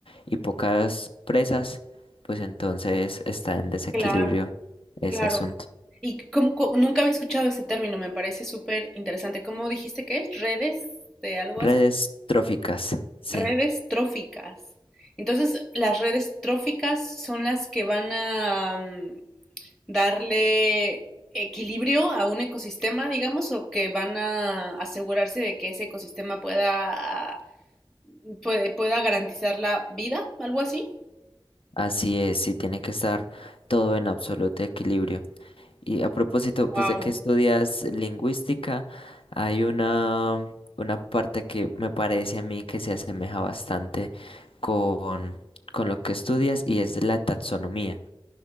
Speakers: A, on the left (about 80°); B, in the centre.
A: y pocas presas, pues entonces está en desequilibrio
B: Claro,
A: ese
B: claro.
A: asunto.
B: Y como- co- nunca había escuchado ese término, me parece súper interesante. ¿Cómo dijiste que es? Redes de algo
A: Redes
B: así.
A: tróficas, sí,
B: Redes tróficas. Entonces, las redes tróficas son las que van a, mm, darle equilibrio a un ecosistema, digamos, o que van a asegurarse de que ese ecosistema pueda, puede- pueda garantizar la vida, algo así.
A: así es, sí tiene que estar todo en absoluto equilibrio. Y a propósito,
B: Wow,
A: pues de que estudias lingüística, hay una, una parte que me parece a mí que se asemeja bastante con, con lo que estudias y es la taxonomía,